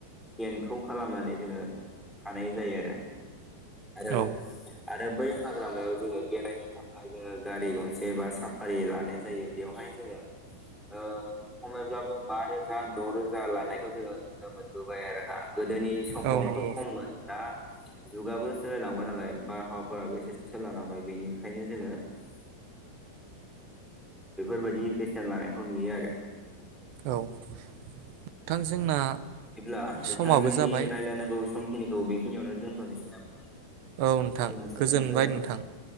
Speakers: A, in the centre; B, on the right.
A: पेनखौ खालामनानै जोङो थानाय जायो आरो आरो
B: औ
A: आरो बै हाग्रामायाव जोङो बेरायनो थाखाय जोङो गारि गंसे बा साफारि लानाय जायो बेयावहाय जोङ ओ खमायोब्लाबो बा रोजा द रोजा लानायखौ जोङो नुनो मोनबोबाय आरो ना। गोदोनि समावथ
B: औ नंगौ
A: खममोन दा जुगाबो सोलायलांबाय नालाय बारहावाफोराबो एसे सोलायलांबाय बेनिखायनो जोङो उम बेफोरबायदि बेसेन लानायखौ नुयो आरो
B: औ नोंथां जोंना
A: बिदिब्ला नोंथां
B: समाबो
A: जोंनि
B: जाबाय
A: रायलायनांगौ समखिनि थ बेखिनियावनो दोथनोसै नामा?
B: औ नोंथां
A: जोङो समावबो
B: गोजोनबाय
A: जाबाय
B: नोंथां